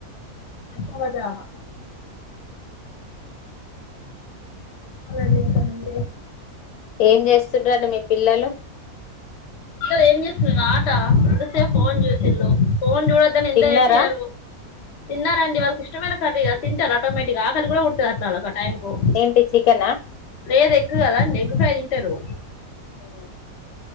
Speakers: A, on the left (about 55°); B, on the left (about 85°).
A: అయిపొగొట్టా బా అవునండి ఏంటోనండి
B: ఏం చేస్తుండ్రు అండి మీ పిల్లలు
A: పిల్లలు ఏం చేసంద్ ఆట ఎంతసేప్ ఫోన్ చూసిళ్ళు ఫోన్ చూడద్దని ఎంత
B: తిన్నారా
A: చెప్ప్ ఇనరు తిన్నారండి వాళ్ళకిష్ ఇష్టమైన కర్రీగా తింటార్ ఆటోమేటి గా కాల్ కూడా కుడుతది అట్లా ఒక టైం కు
B: ఏంటి చికెనా
A: లేదే గ్ కదా ఎగ్ ఫ్రై తింటరు
B: ఉహు